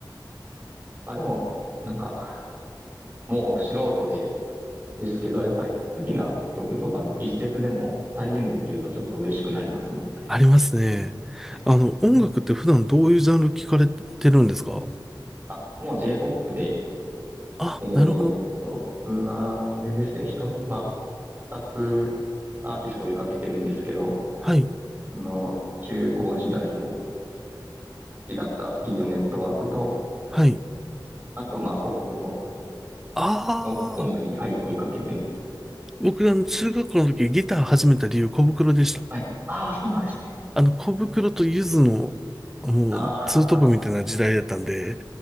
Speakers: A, on the right (about 20°); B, in the centre.
A: まあでも、なんか、もう素人で、ですけど、やっぱり好きな曲とかの一節でも再現できるとちょっと嬉しくなりますね。
B: ありますね。
A: ね
B: あの、音楽って普段どういうジャンル聞かれてるんですか
A: あ、もう J-POP で、
B: あ、
A: えーっと、
B: なるほど。
A: 僕は、あれですね、一つ、まあ、二つアーティストを追いかけてるんですけど、
B: はい、
A: あの、中高時代の好きだった TM ネットワークと、
B: はい。
A: あと、まあ、小袋
B: ああ、
A: を主に、はい、追いかけてます。
B: 僕、あの、中学校の時ギター始めた理由、小袋でした。
A: はい。ああ、そうなんですね。
B: あの、小袋とゆずの、もう、
A: ああ、
B: ツートップみたいな時代だったんで、